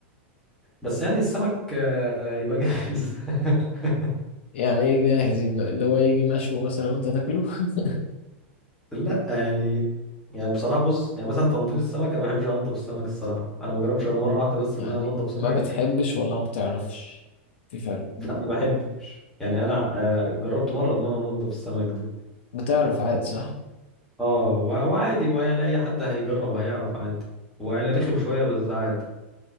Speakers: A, in the centre; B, on the left.
A: بس يعني السمك آه، يبقى جاهز <laughs>
B: يعني ايه جاهز اللي هو يجي مشوي مثلا وانت تاكله <laughs>
A: لا يعني يعني بصراحه بص يعني مثلا تنظيف السمك انا ما بحبش انضف السمك الصراحه انا ما جربتش غير مره واحده بس
B: يعني
A: ان انا انضف سمك
B: ما بتحبش ولا ما بتعرفش في فرق
A: ده ما بحبش يعني انا آه، جربت مره ان انا انضف السمك ده
B: بتعرف عادي صح
A: اه هو هو عادي هو يعني اي حد هيجرب هيعرف عادي هو يعني رخم شويه بس عادي